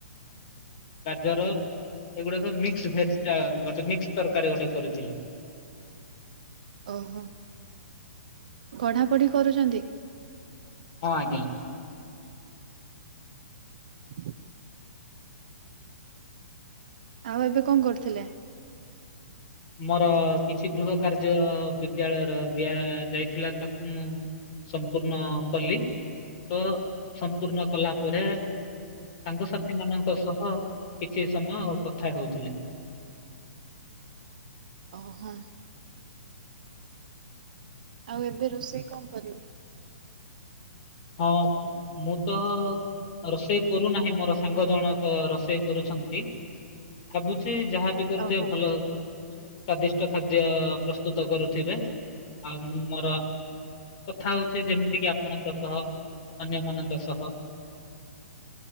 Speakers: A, on the left; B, on the right.
A: ଗାଜର ଏଗୁଡା ସବୁ ମିକ୍ସ ଭେଜ ଟା ଗୋଟେ ମିକ୍ସ ତରକାରୀ ଗୋଟେ କରିଥିଲୁ।
B: ଓହୋ ପଢାପଢି କରୁଛନ୍ତି?
A: ହଁ, ଆଜ୍ଞା।
B: <inaudible> ଆଉ ଏବେ କଣ କରୁଥିଲେ?
A: ମୋର କିଛି ଗୃହ କାର୍ଯ୍ୟ ବିଦ ବିଦ୍ୟାଳୟର ଦିଆ ଯାଇଥିଲା ତାକୁ ମୁଁ ସମ୍ପୂର୍ଣ୍ଣ କଲି। ତ ସମ୍ପୂର୍ଣ୍ଣ କଲା ପରେ ସାଙ୍ଗସାଥୀ ମାନଙ୍କ ସହ କିଛି ସମୟ କଥା ହେଉଥିଲି।
B: ଅ, ହଁ। ଆଉ ଏବେ ରୋଷେଇ କଣ କରିବେ?
A: ହଁ, ମୁଁ ତ ରୋଷେଇ କରୁନାହିଁ ମୋର ସାଙ୍ଗ ଜଣେ ଅ ତ ରୋଷେଇ କରୁଛନ୍ତି ଭାବୁଛି ଯାହାବି କରୁଥିବେ
B: ଓହୋ
A: ଭଲ। ସ୍ଵାଦିଷ୍ଟ ଖାଦ୍ୟ ପ୍ରସ୍ତୁତ କରୁଥିବେ? ଆଉ ମୁଁ ମୋର କଥା ହଉଛି ଯେମିତି କିି ଆପଣଙ୍କ ସହ ଅନ୍ୟମାନଙ୍କ ସହ